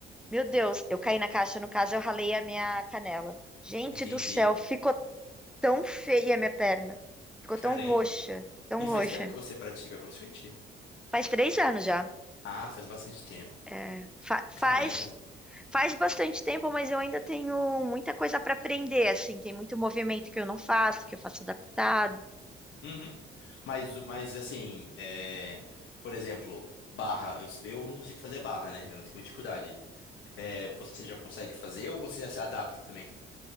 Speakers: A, in the centre; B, on the left.
A: Meu Deus, eu caí na caixa, no caso eu ralei a minha canela. Gente
B: Entendi.
A: do céu, ficou tão feia a minha perna. Ficou
B: Caramba.
A: tão roxa, tão
B: E faz
A: roxa.
B: tempo que você pratica CrossFit?
A: Faz três anos já.
B: Ah, faz bastante tempo.
A: É, fa- faz,
B: Caramba.
A: faz bastante tempo, mas eu ainda tenho muita coisa para aprender, assim. Tem muito movimento que eu não faço, que eu faço adaptado.
B: Uhum. Mas, o- mas assim, é, por exemplo, barra. Eu, eu não consigo fazer barra, né? Eu não tenho muita dificuldade. É, você já consegue fazer ou você já se adapta também?